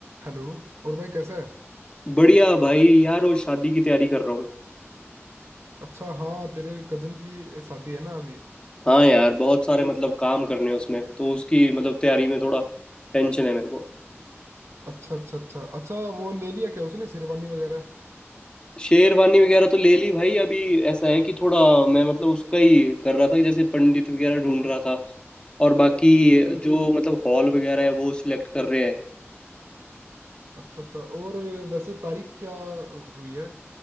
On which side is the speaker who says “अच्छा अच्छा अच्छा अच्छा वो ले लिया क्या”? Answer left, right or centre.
Right